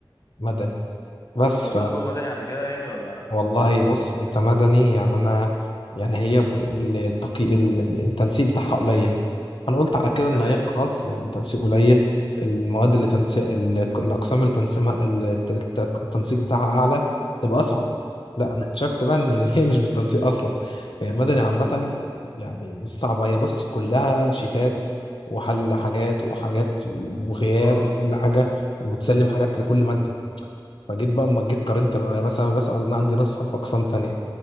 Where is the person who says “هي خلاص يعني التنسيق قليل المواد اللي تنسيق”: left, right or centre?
Left